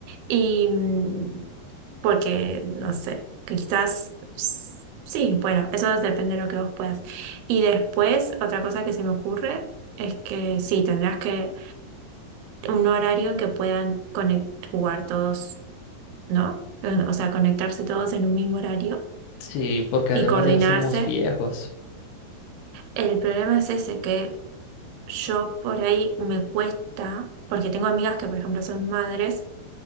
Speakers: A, on the right; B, on the left.
A: Y mm, porque, no sé, quizás s- sí, bueno, eso depende de lo que vos puedas. Y después, otra cosa que se me ocurre es que sí, tendrás que un horario en que puedan conec- jugar todos, ¿no? O sea, conectarse todos en un mismo horario
B: Sí, porque
A: y
B: además
A: coordinarse
B: ya somos viejos.
A: El problema es ese, que yo por ahí me cuesta, porque tengo amigas que, por ejemplo, son madres